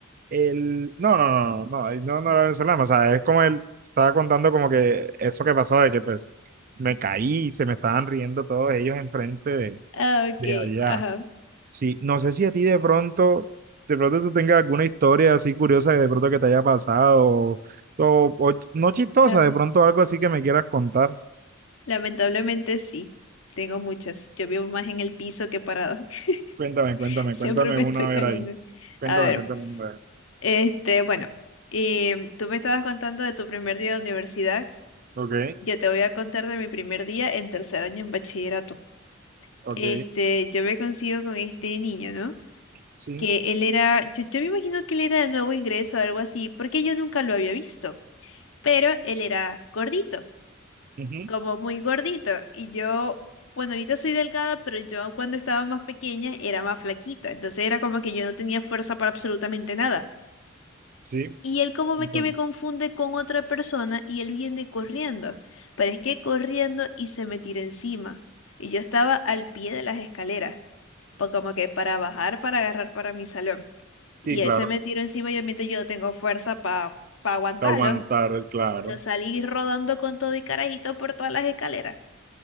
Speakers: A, on the right; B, on the left.
A: el, no, no, no, no, no, no, no era venezolano, o sea, es como él estaba contando como que eso que pasó de que pues me caí, y se me estaban riendo todos ellos enfrente de,
B: Ah, ok,
A: de allá.
B: ajá.
A: Sí, no sé si a ti de pronto, de pronto tú tengas alguna historia así curiosa de pronto que te haya pasado, o, o- o no chistosa,
B: Ah,
A: de pronto algo así que me quieras contar.
B: Lamentablemente sí, tengo muchas. Yo vivo más en el piso que parada. <laughs>
A: Cuéntame, cuéntame,
B: Siempre
A: cuéntame
B: me
A: una
B: estoy cayendo.
A: vez ahí. Cuéntame,
B: A ver,
A: cuéntame una vez
B: este, bueno, em, tú me estabas contando de tu primer día de universidad.
A: ver. Ok,
B: Yo te voy a contar de mi primer día en tercer año en bachillerato.
A: ok,
B: Este, yo me consigo con este niño, ¿no?
A: sí,
B: Que él era, yo, yo me imagino que él era de nuevo ingreso o algo así, porque yo nunca lo había visto, pero él era gordito.
A: ujú,
B: como muy gordito. Y yo, bueno, ahorita soy delgada, pero yo cuando estaba más pequeña era más flaquita. Entonces era como que yo no tenía fuerza para absolutamente nada.
A: sí,
B: Y él como me,
A: entonces,
B: que me confunde con otra persona y él viene corriendo. Pero es que corriendo y se me tira encima. Y yo estaba al pie de las escaleras, pues como que para bajar, para agarrar para mi salón.
A: sí,
B: Y
A: claro.
B: él se me tiró encima y obviamente yo no tengo fuerza para aguantarlo.
A: te aguantar, claro.
B: Yo salí rodando con todo y carajito por todas las escaleras.